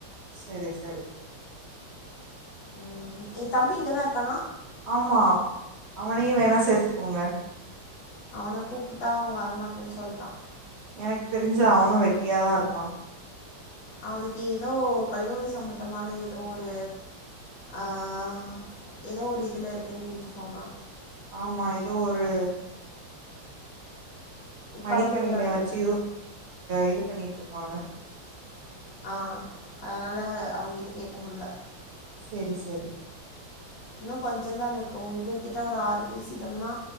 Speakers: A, on the right; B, on the left.
A: செரி செரி
B: உம் ஏய் தம்பி இங்க தான் இருக்கானா
A: ஆமா அவனையும் வேணா சேத்துக்கோங்க
B: அவனை கூப்பிட்டா வரமாட்டேன்னு சொல்ட்டான்
A: எனக்கு தெரிஞ்ச அவனும் வெட்டியாதான் இருக்கான்
B: அவனுக்கு ஏதோ கல்லூரி சம்மந்தமான ஏதோ ஒரு ஆஹ ஏதோ ஒரு இதுல இருக்கேன்னு என்று சொன்னான்
A: ஆமா ஏதோ ஒரு மடிக்கணில
B: கலந்துரையாடல்
A: வச்சு இது பண்ணிட்டு இருக்கங்க
B: ஆஹ அதனால அவங்கிட்ட கேட்க முடியல
A: செரி செரி
B: இன்னும் கொஞ்சம் தான் இருக்கும் உங்ககிட்ட ஒரு ஆறு பேசிட்டோம்னா